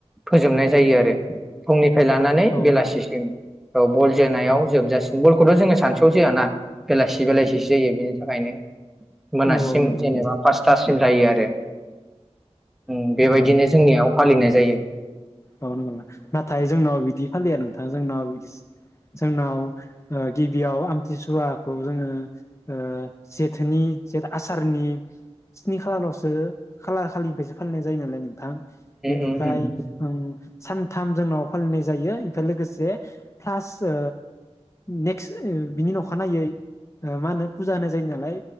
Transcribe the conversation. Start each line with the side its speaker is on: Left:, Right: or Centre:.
Centre: फोजोबनाय जायो आरो फुंनि निफ्राय लानानै
Left: औ
Centre: बेलासिसिम। औ बल जोनाव जोबजासिग बलखौथ जोङो सानससुयाव जोआना। बेलासि बेलासिसो जायो बेनि थाखायनो मोनासिम
Left: औ औ नंगौ
Centre: जेनेबा
Left: नोंथां
Centre: पासता सिमजायो आरो। ओम बेबायदिनो
Left: औ
Centre: जोंनियाव फालिनाय जायो।
Left: औ नंगौ नामा नाथाय जोंनाव बिदि फालिया नोंथा जोंनाव बिदि जोंनाव ओ गिबियाव आमथिसुवाखौ जोंङो ओ जेथोनि जे आसारनि स्नि खालारावसो खालार खालिनिफ्रायसो फालिनाय जायो नालाय नों थां बेनिफ्राय
Centre: उम उम उम
Left: सानथाम जोंनाव फालिनाय जायो एफाय लोगोसे प्लास ओ नेक्स ओ बिनि अखानायनायै ओ मा होनो फुजा होनाय जायो नालाय